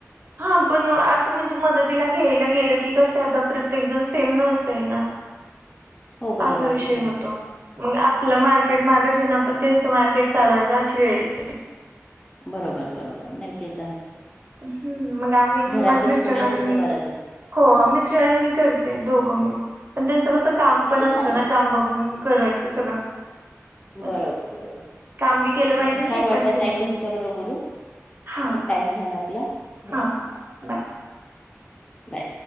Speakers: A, on the right; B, on the left.
A: हा पण असं म्हणजे मदतीला घ्यायला गेलं की, कस आता प्रत्येक जण सेम नसतय ना.
B: हो बरोबर
A: असा विषय
B: ते तर आहेच.
A: होतो. मग आपलं मार्केट मागे ठेऊून, आपण त्यांचं मार्केट चालवायचं अशी वेळ येते.
B: बरोबर बरोबर नाही ते त आहेच.
A: हम्म. मग आम्ही,
B: घरातलंच
A: माझे मिस्टर
B: कोणी असेल
A: आणि मी.
B: तर बरं ते
A: हो मिस्टर मी करते दोघं मिळून. पण त्यांचं कस काम
B: हं,
A: पण
B: ते
A: असतं
B: चांगलं
A: ना.
B: आहे.
A: काम बघून करायचं सगळं.
B: बरोबर
A: असं
B: बरोबर.
A: काम बी केलं पाहिजे
B: बस
A: आणि
B: छान
A: हे
B: वाटलं
A: पण केलं
B: ताई
A: पाहिजे
B: तुमच्या बरोबर बोलून.
A: हा चा
B: टाइम झाला आपला. हो.
A: हा. बाय.
B: बाय.